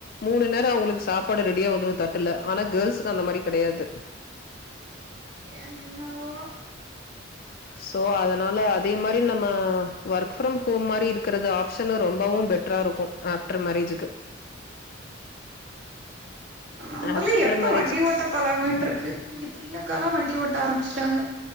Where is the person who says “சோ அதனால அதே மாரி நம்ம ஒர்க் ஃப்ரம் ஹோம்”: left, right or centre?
Left